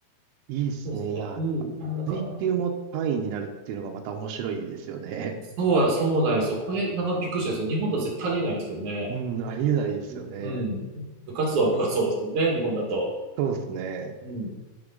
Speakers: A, on the right; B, on the right.
A: いいですね。
B: そうですね。
A: いやー、なんか、
B: うん。まあ、なんか、
A: 水球も単位になるっていうのがまた面白いですよね。
B: そう、そうなんですよ。これ、なんかびっくりしたんですよ。日本だとは絶対ありえないんですよね。
A: <laughs> うん、ありえないですよね。
B: うん。うん部活動は部活動ですもんね、日本だと。
A: そうですね。
B: うん。